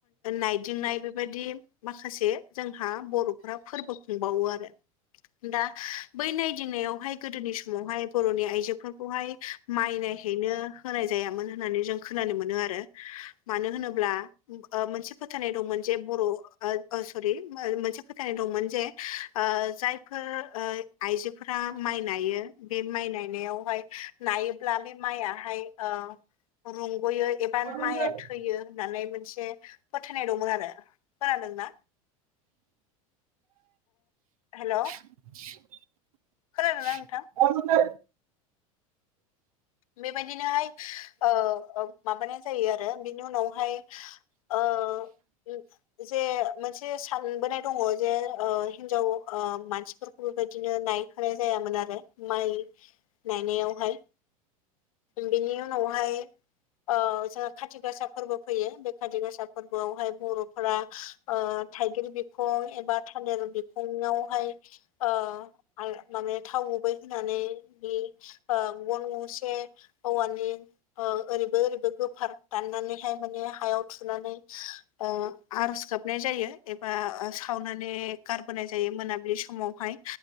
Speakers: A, on the left; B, on the right.
A: नायदिंनाय बेबायदि माखासे जोंहा बर'फ्रा फोरबो खुंबावो आरो दा बै नायदिंनायावहाय गोदोनि समावहाय बर'नि आइजोफोरखौहाय माइनायहैनो होनाय जायामोन होननानै जों खोनानो मोनो आरो मानो होनोब्ला ओ मोनसे फोथायनाय दंमोन जे बर' ओ सरि मोनसे फोथायनाय दंमोन जे ओ जायफोर ओ आइजोफोरा माइ नायो बे माइ नायनायावहाय नाय ब्ला से माया हाय ओ रुंगयो एबा
B: नोंथां
A: थो थैयो होननानै मोनसे फोथायनाय दंमोन आरो खोनादोंना हेल'
B: <unintelligible>
A: खोनादोंना नोंथां
B: <unintelligible>
A: बेबायदिनोहाय ओ ओ माबानाय जायो आरो बिनि उनावहाय <unintelligible> जे मोनसे सानबोनाय दङ जे ओ हिनजाव ओ मानसि बेबायदिनो नायखानाय जायामोन आरो माइ नायनायावहाय बिनि उनावहाय ओ जोंहा खाथि गासा फोरबो फैयो बे खाथि गासा फोरबोआवहाय बर'फोरा ओ थाइगिर बिखं एबा थालेर बिखङावहाय ओ आ माने थाव गुबै होनानै बे ओ गन गंसे औवानि ओ ओरैबो ओरैबो गोफार दाननानैहाय माने हायाव थुनानै ओ आरज गाबनाय जायो एबा सावनानै गारबोनाय जायो मोनाबिलि समावहाय